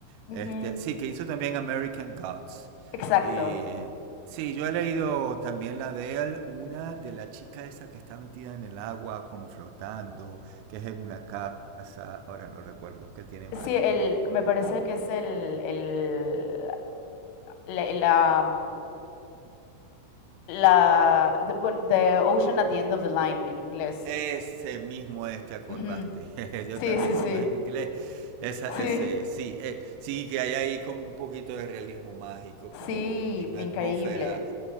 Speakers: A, on the left; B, on the right.
A: ujú,
B: Este, sí, que hizo también American Gods.
A: Exacto.
B: Y sí, yo he leído también la de él, una de la chica esa que está metida en el agua, como flotando, que es en una casa, ahora no recuerdo, es que él tiene varios,
A: Sí, el,
B: ¿no?
A: me parece que es el, el, la, la, la- the, bueno, the Ocean at the End of the Line en inglés.
B: Ese mismo es, te acordaste.
A: Ujú.
B: <laughs> Yo
A: Sí,
B: también,
A: sí,
B: si
A: sí.
B: no es en inglés, esa, ese
A: Sí,
B: es. sí, eh, sí que hay ahí como un poquito de realismo mágico, con
A: sí,
B: de una
A: increíble.
B: atmósfera